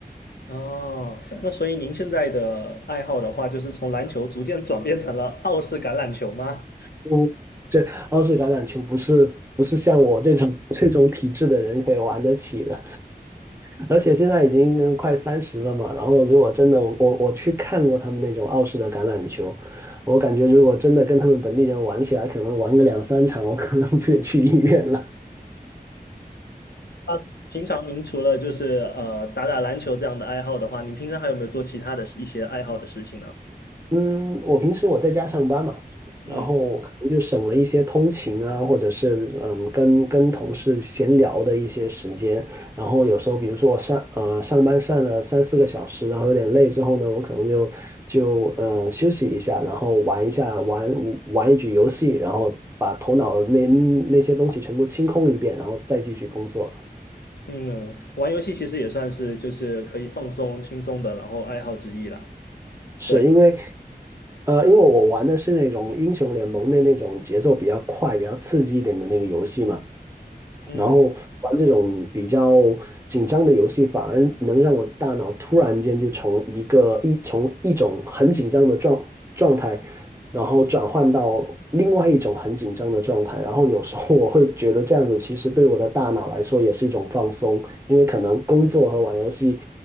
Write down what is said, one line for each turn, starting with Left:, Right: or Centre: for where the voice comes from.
Left: 哦，那所以您现在的爱好的话，就是从篮球逐渐转变成了澳式橄榄球吗？
Right: 嗯，这澳式橄榄球不是不是像我这种 <laughs> 这种体质的人可以玩得起的。而且现在已经快三十了嘛，然后如果真的我我我去看过他们那种澳式的橄榄球，我感觉如果真的跟他们本地人玩起来，可能玩个两三场，我可能就得去医院了。
Left: <laughs> 平常您除了就是呃打打篮球这样的爱好的话，您平常还有没有做其他的一些爱好的事情呢？
Right: 嗯，我平时我在家上班嘛，
Left: 嗯
Right: 然后可能就省了一些通勤啊，或者是嗯跟跟同事闲聊的一些时间。然后有时候，比如说我上呃上班上了三四个小时，然后有点累之后呢，我可能就就呃休息一下，然后玩一下玩玩一局游戏，然后把头脑那那些东西全部清空一遍，然后再继续工作。
Left: 嗯，玩游戏其实也算是就是可以放松轻松的，然后爱好之一啦。
Right: 是因为
Left: 对，
Right: 呃，因为我玩的是那种英雄联盟的那种节奏比较快、比较刺激一点的那个游戏嘛，
Left: 嗯。
Right: 然后玩这种比较紧张的游戏，反而能让我大脑突然间就从一个一从一种很紧张的状状态，然后转换到另外一种很紧张的状态，然后有时候我会觉得这样子其实对我的大脑来说也是一种放松，因为可能工作和玩游戏